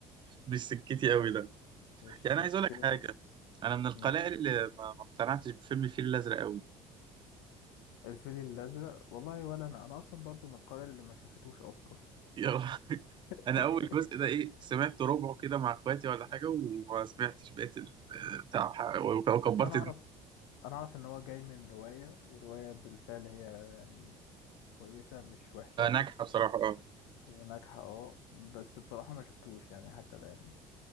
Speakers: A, on the right (about 30°); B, on the left (about 70°).
A: مش سكتي قوي
B: مش
A: يعني
B: سكتك
A: عايز اقول لك حاجه انا من القلائل
B: مم.
A: اللي ما ما اقتنعتش بفيلم الفيل الازرق قوي
B: الفيل الأزرق والله ولا أنا أنا أصلا برضو من القارئ اللي ما شافتوش أصلا
A: يا رب. <laughs> انا
B: <laughs>
A: اول جزء ده ايه سمعت ربعه كده مع اخواتي ولا حاجه وما سمعتش بقيه ال- بتاع وكبرت
B: بس أنا أعرف
A: دماغي.
B: أنا أعرف إن هو جاي من رواية ورواية بالفعل هي يعني كويسة مش وحشة
A: ناجحه بصراحه اه
B: وناجحة اه بس بصراحة ما شفتوش يعني حتى الآن